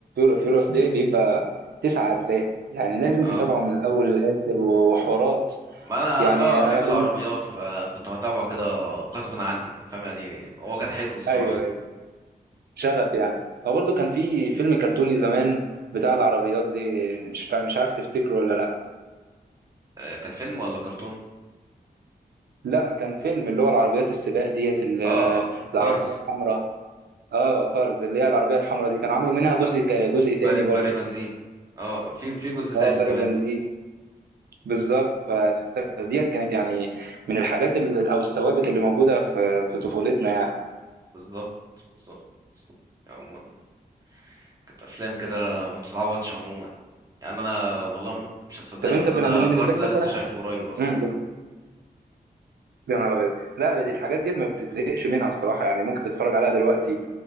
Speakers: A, on the right (about 75°); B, on the right (about 20°).
A: فيوريوس دي بيبقى تسع اجزاء يعني لازم
B: اه
A: تتابعه من الاول للاخر وحوارات
B: ما انا
A: يعني
B: انا بقى
A: انا
B: بحب
A: بالنسبه
B: العربيات فكنت بتابعه كده غصب عني فاهم يعني هو كان حلو الصراحه
A: ايوه أيوه. شغف يعني هو برضه كان في فيلم كرتوني زمان بتاع العربيات دي مش فا- مش عارف تفتكره ولا لا
B: آه، كان فيلم ولا كرتون
A: لا كان فيلم اللي هو العربيات السباق ديت ال-
B: اه
A: العربية
B: كارز
A: الحمراء اه كارز اللي هي العربية الحمراء دي كان عملوا منها جزء
B: ب-
A: ك- جزء تاني
B: برق
A: برضه
B: برق بنزين اه في في جزء ثالث
A: اه برق
B: كمان
A: بنزين بالظبط فديت كانت يعني من الحاجات ال- او الثوابت اللي موجودة في في طفولتنا يعني
B: بالظبط بالظبط عموما كانت افلام كده ما بتتعوضش عموما يعني انا والله م- مش هتصدقني
A: طب انت
B: بس
A: بن-
B: انا
A: بالنسبة
B: كارز
A: لي
B: ده لسه
A: مثلا
B: شايفه قريب اصلا
A: امم يا نهار ابيض لا دي الحاجات ديت ما بتتزهقش منها الصراحة يعني ممكن تتفرج عليها دلوقتي